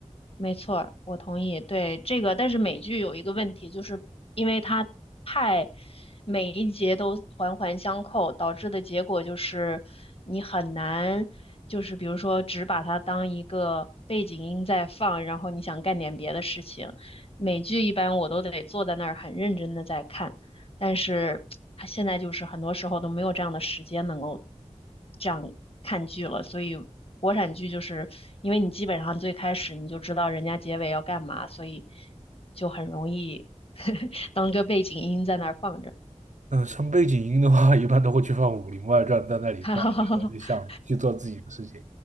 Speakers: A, on the left (about 50°); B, on the right (about 75°).
A: 没错儿我同意。对这个，但是美剧有一个问题，就是因为它太每一节都环环相扣，导致的结果就是你很难，就是比如说只把它当一个背景音在放，然后你想干点别的事情。美剧一般我都得坐在那儿很认真的在看。但是啊现在就是很多时候都没有这样的时间能够这样看剧了，所以国产剧就是因为你基本上最开始你就知道人家结尾要干嘛，所以就很容易 <laughs> 当个背景音在那儿放着。
B: 嗯，像背景音的话，一般都会去放《武林外传》，在那里挂着然后就想去做自己的事情，
A: <laughs>